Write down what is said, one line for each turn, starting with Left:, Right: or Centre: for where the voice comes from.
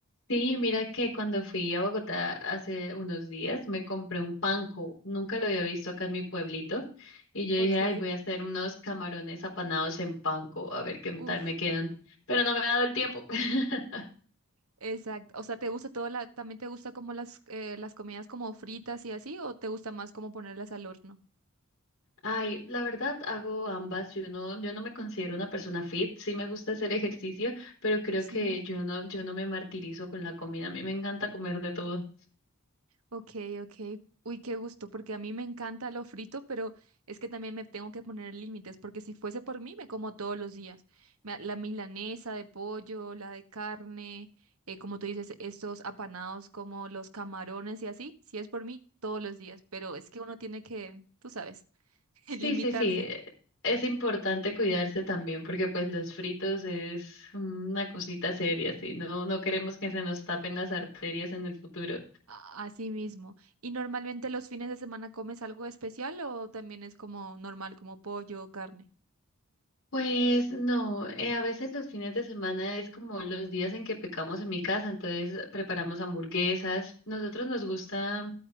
Left: Sí, mira que cuando fui a Bogotá hace unos días me compré un panko, nunca lo había visto acá en mi pueblito, y yo
Right: Ok,
Left: dije, ay, voy a hacer unos camarones apanados en panko, a ver qué
Right: uf,
Left: tal me quedan, pero no me ha dado el tiempo. <laughs>
Right: exacto, o sea, ¿te gusta todo la, también te gusta como las, eh, las comidas como fritas y así o te gusta más como ponerlas al horno?
Left: Ay, la verdad hago ambas, yo no, yo no me considero una persona fit, sí me gusta hacer ejercicio, pero creo
Right: Sí.
Left: que yo no, yo no me martirizo con la comida, a mí me encanta comer de todo.
Right: Ok, ok. Uy, qué gusto, porque a mí me encanta lo frito, pero es que también me tengo que poner límites, porque si fuese por mí, me como todos los días. Me- La milanesa de pollo, la de carne, eh, como tú dices, estos apanados como los camarones y así, si es por mí, todos los días, pero es que uno tiene que, tú sabes, <laughs>
Left: Sí,
Right: limitarse
Left: sí, sí. eh, Es importante cuidarse también porque pues los fritos es una cosita seria, sí. No, no queremos que se nos tapen las arterias en el futuro.
Right: a, a sí mismo. ¿Y normalmente los fines de semana comes algo especial o también es como normal, como pollo o carne?
Left: Pues no, eh, a veces los fines de semana es como los días en que pecamos en mi casa, entonces preparamos hamburguesas. Nosotros nos gusta